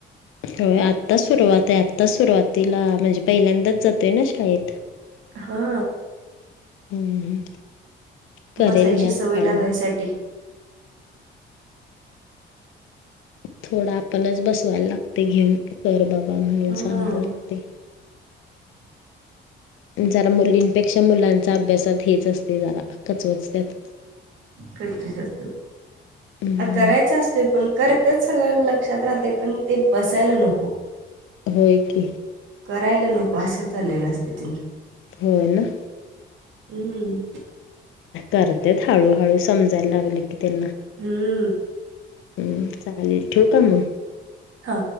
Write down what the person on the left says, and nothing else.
होय आत्ता सुरुवात आहे, आत्ता सुरुवातीला म्हणजे पहिल्यांदाच जातोय ना शाळेत.
हम्म करेल
घ्या
हळूहळू.
थोडा आपणच बसवायला लागते घेऊन कर बाबा म्हणून
सांगाय लागतय. जरा मुलींपेक्षा मुलांचा अभ्यासात हेच अस ते जरा कचवचत्यात.
हम्
होय की
होय ना
करत्यात हळूहळू समजायला लागल की त्यांना.
हम्म चालेल ठेवू का मग?